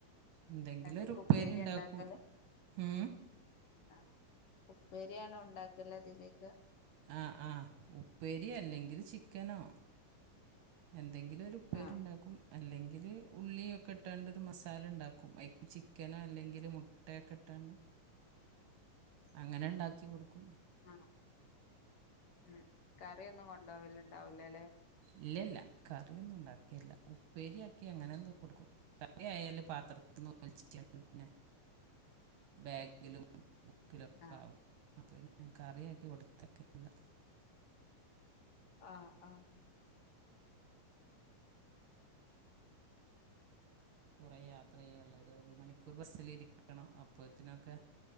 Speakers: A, on the right; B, on the left.
A: എന്തെങ്കിലും
B: അതിക്ക്
A: ഒരു ഉപ്പേരി
B: ഉപ്പേരിയാ
A: ഇണ്ടാക്കും
B: ഇണ്ടാക്കല്
A: ഉ
B: ആ ഉപ്പേരിയാണോ ഉണ്ടാക്കല അതിലേക്ക്
A: ആ ആഹ ഉപ്പേരിോ അല്ലെങ്കിൽ ചിക്കനോ എന്തെങ്കിലും ഒരു ഉപ്പേരിയുണ്ടാക്കും
B: ആഹ്
A: അല്ലെങ്കിൽ ഉള്ളിയൊക്കെ ഇട്ടോണ്ട് ഒരു മസാല ഉണ്ടാക്കും അതിപ്പോ ചിക്കനോ അല്ലെങ്കിൽ മുട്ടയൊക്കെ ഇട്ടോണ്ട്
B: ഉം
A: അങ്ങനെ ഉണ്ടാക്കി കൊടുക്കും
B: ആഹ് ഉം കറിയൊന്നും കൊണ്ട് പോകൽ ഉണ്ടാവൂലല്ലേ
A: ഇല്ല ഇല്ല കറിയൊന്നും ഉണ്ടാക്കിയില്ല ഉപ്പേരിയാക്കി അങ്ങനെ എന്തൊ കൊടുക്കും കറിയായാൽ പാത്രത്തി ഒലിച്ചിട്ടുണ്ടേൽ പിന്നെ
B: <inaudible>
A: ബാഗിലും ബുക്കിലൊക്കെ
B: ആഹ്
A: ആവും അപ്പൊ ഇനി ഞാൻ കറിയാക്കി കൊടുത്താക്കലില്ല
B: ആഹ് ആഹ്
A: കുറെ യാത്ര ചെയ്യാനുള്ളതാ ഒരു മണിക്കൂർ ബസ്സലിരിക്കണം അപ്പൊഅതിലൊക്കെ